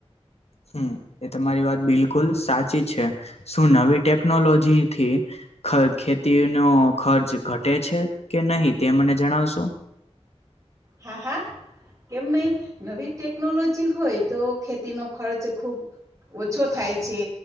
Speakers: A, on the left (about 65°); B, on the right (about 30°).
A: હમ એ તમારી વાત બિલકુલ સાચી છે શું નવી ટેકનોલોજી થી ખ ખેતીનો ખર્ચ ઘટે છે કે નહીં તે મને જણાવશો?
B: હા હા કેમ નહી નવી ટેકોલોજી હોય તો ખેતી નો ખર્ચ ખૂબ ઓછો થાય છે